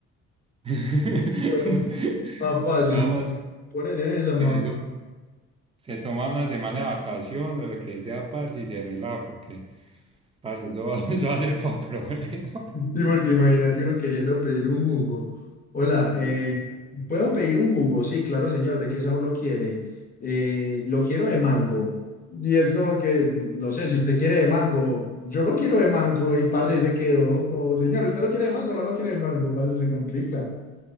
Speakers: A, on the right; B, on the left.
A: <laughs>
B: Huevón, Más fácil,
A: Nada
B: sí.
A: más,
B: Ponen en esa
A: eso.
B: más fácil.
A: Se toma una semana de vacaciones, lo que sea, parce, y se relaja, porque, parce, eso va, <laughs> eso va a ser para problemas.
B: Sí, porque imagínate uno queriendo pedir un jugo. Hola,
A: Sí.
B: ¿Puedo pedir un jugo? Sí, claro, señor. ¿De qué sabor lo quiere? "Eh, lo quiero de mango. Y es como que, no sé, si usted quiere de mango, yo lo quiero de mango. Y parce ahí se quedó como, señor, ¿usted lo quiere de mango? No lo quiere de mango, parce, se complica.